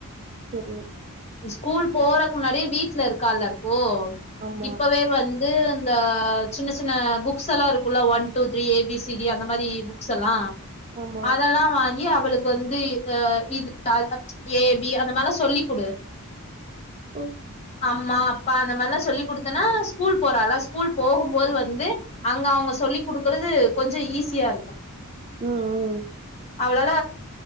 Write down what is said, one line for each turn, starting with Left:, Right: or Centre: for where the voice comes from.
Right: சரி
Left: ஸ்கூல் போறக்கு முன்னாடி வீட்ல இருக்கால்ல இப்போ
Right: ஆமா
Left: இப்பவே வந்து இந்த சின்ன சின்ன புக்ஸ் எல்லா இருக்குல்ல ஒன் டூ த்ரீ ஏபிசிடி அந்த மாரி புக்ஸ் எல்லா
Right: ஆமா
Left: அதெல்லா வாங்கி அவளுக்கு வந்து அ இது ஆல்ஃப ஏபி அந்த மாரிலா சொல்லி குடு
Right: ம்
Left: அம்மா இப்ப அந்த மாரிலா சொல்லி குடுத்தேன்னா ஸ்கூல் போறாள ஸ்கூல் போகும்போது
Right: ம்
Left: வந்து அங்க அவுங்க சொல்லிக் குடுக்குறது கொஞ்ச ஈஸியா இருக்கு
Right: ம் ம்
Left: அவளால